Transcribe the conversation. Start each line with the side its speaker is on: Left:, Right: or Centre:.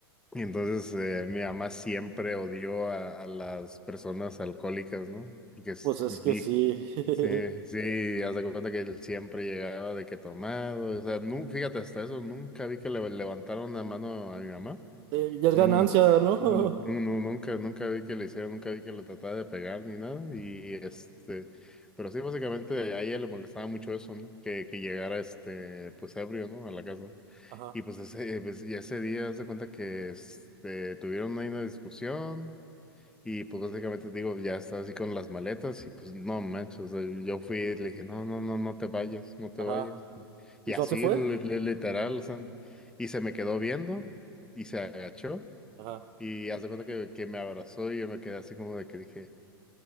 Centre: Y entonces eh, mi mamá siempre odió a, a las personas alcohólicas, ¿no? Y que s-
Right: Pues es
Centre: sí,
Right: que sí. <laughs>
Centre: sí, sí, haz de cuenta que él siempre llegaba de que tomado, o sea, nu- fíjate, hasta eso nunca vi que le levantaron la mano a mi mamá,
Right: Eh, Ya es
Centre: nunca,
Right: ganancia, ¿no?
Centre: nu- nu- nu- nu- nunca, nunca vi que le hicieron, nunca vi que le tratara de pegar ni nada, y este, pero sí, básicamente a ella le molestaba mucho eso, ¿no? Que, que llegara este, pues ebrio, ¿no? A la casa.
Right: <laughs> Ajá,
Centre: Y pues ese, eh, pues, y ese día se cuenta que este, tuvieron ahí una discusión y pues básicamente digo, ya estaba así con las maletas y pues no manches, o sea, yo fui y le dije, no, no, no, no te vayas, no te
Right: ajá.
Centre: vayas.
Right: ¿Y
Centre: Y
Right: no
Centre: así,
Right: se fue?
Centre: li- li- literal, o sea, y se me quedó viendo y se agachó
Right: Ajá,
Centre: y hace cuenta que, que me abrazó y yo me quedé así como de que dije,